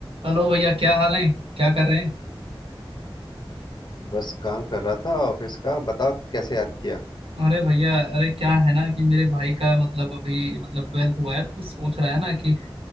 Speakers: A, on the right; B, on the left.
A: Hello भैया क्या हाल है क्या कर रहे हैं
B: बस काम कर रहा था ऑफिस का बताओ कैसे याद किया
A: अरे भैया अरे क्या है ना कि मेरे भाई का मतलब अभी मतलब ट्वेल्थ हुआ है तो वो सोच रहा है ना कि